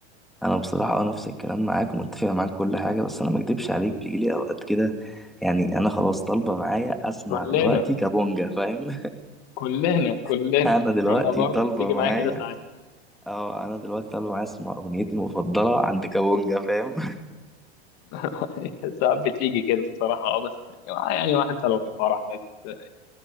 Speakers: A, in the centre; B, on the left.
A: انا بصراحة اه نفس الكلام معاك متفق معاك كل حاجة بس انا ما اكدبش عليك بيجيلي اوقات كده يعني انا خلاص طالبة معايا اسمع
B: كلنا
A: دلوقتي كابونجا فاهم
B: كلنا كلنا
A: <laughs> انا دلوقتي
B: انا برضو
A: طالبة
B: بتيجي
A: معايا
B: معايا كده ساعات
A: اه انا دلوقتي طالع معايا اسمع اغنيتي المفضله عند كابونجا فاهم
B: <laughs> ساعات بتيجي كده الصراحة اه بس يعني واحد حتى لو في فرح لازم ت-